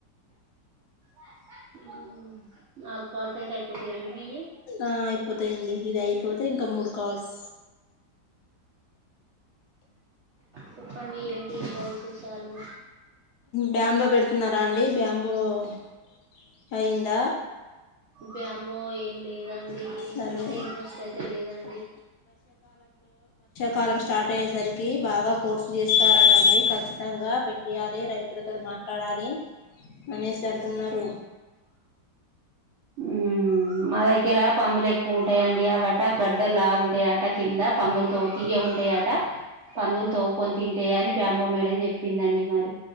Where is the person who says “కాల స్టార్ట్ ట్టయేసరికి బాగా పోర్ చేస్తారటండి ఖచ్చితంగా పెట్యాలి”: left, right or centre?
Left